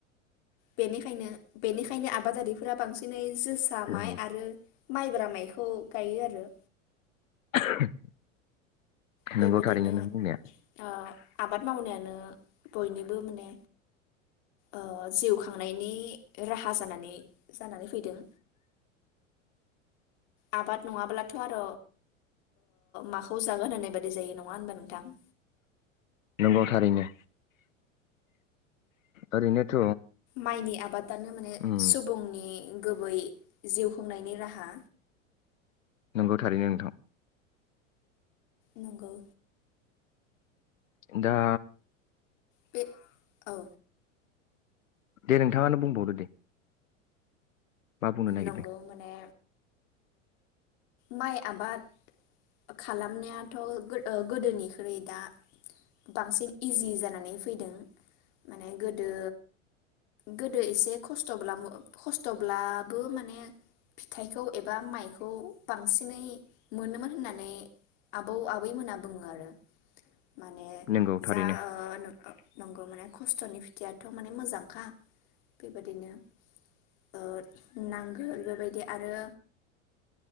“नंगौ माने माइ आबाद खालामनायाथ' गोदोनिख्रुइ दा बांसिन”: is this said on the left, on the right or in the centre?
Left